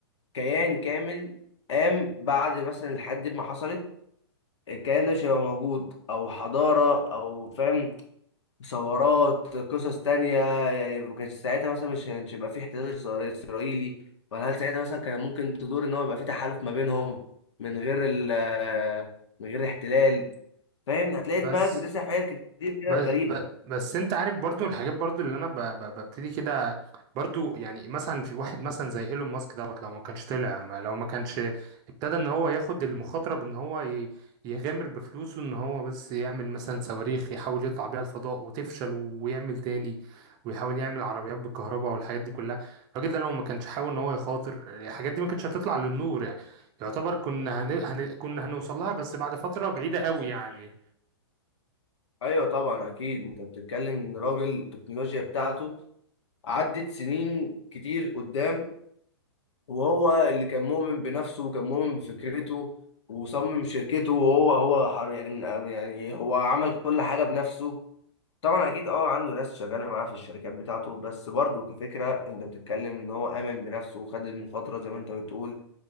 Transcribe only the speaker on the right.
بس
بس
ب- بس انت عارف برضو الحاجات برضو اللي انا ب- ب- ببتدي كده برضو يعني مثلا في واحد مثلا زي ايلون ماسك دوت لو ما كانش طلع ما لو ما كانش ابتدى ان هو ياخد المخاطره بان هو ي- يغامر بفلوسه ان هو بس يعمل مثلا صواريخ يحاول يطلع بيها الفضاء وتفشل و- ويعمل تاني ويحاول يعمل عربيات بالكهرباء والحاجات دي كلها الراجل ده لو ما كانش حاول ان هو يخاطر الحاجات دي ما كانتش هتطلع للنور يعني يعتبر كنا هن... هن... كنا هنوصل لها بس بعد فتره بعيده قوي يعني